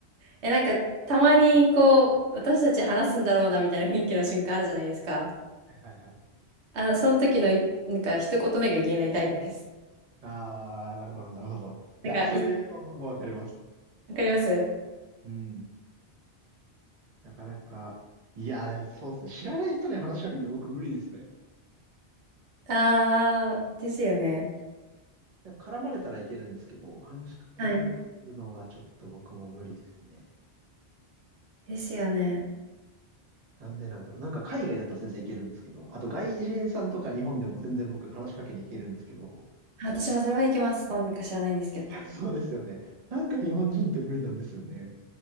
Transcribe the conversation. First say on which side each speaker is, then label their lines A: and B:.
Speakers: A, on the right; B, on the right.
A: え、なんかたまにこう、私たち話すんだろうなみたいな雰囲気の瞬間あるじゃないですか。
B: はいはいはい。ない。
A: あの、その時のい、なんか、一言目が言えないタイプです。
B: あー、なるほど、なるほど。
A: <laughs>
B: いや、
A: なんか、
B: それは僕もわかります。
A: い、わかります
B: うん。なかなか、いや、でもそうですね。知らない人に話しかけるの僕無理ですね。
A: あー、ですよね。
B: なんか絡まれたらいけるんですけど、話しかけられるのはちょっと僕も無理ですね。
A: はい。ですよね。
B: なんでなんだろう。なんか海外だったら全然いけるんですけど、あと外人さんとか日本でも全然僕話しかけに行けるんですけど、
A: あ私はそれはいけます。なんでか知らないんですけど。
B: いや、そうですよね。なんか日本人って無理なんですよね。